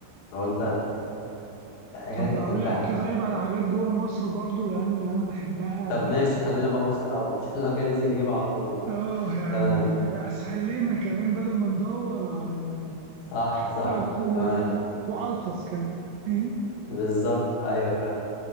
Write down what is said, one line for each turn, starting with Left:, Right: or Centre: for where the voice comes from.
Left: لو انت هت... اكلات
Right: طب
Left: انت
Right: اقول
Left: اكلتها
Right: لك
Left: يعني.
Right: طيب على حاجات جوه مصر برضو يعني انا بحبها
Left: طب ماشي خلينا جوه مصر الاول <laughs> عشان لو كان ننزل نجيبها على طول
Right: اه يعني
Left: تمام
Right: اسهل لنا كمان بدل ما ندور على ال-
Left: صح
Right: <laughs>
Left: صح
Right: على كل
Left: تمام
Right: ال- وارخص كمان فاهم؟
Left: بالظبط ايوه فعلا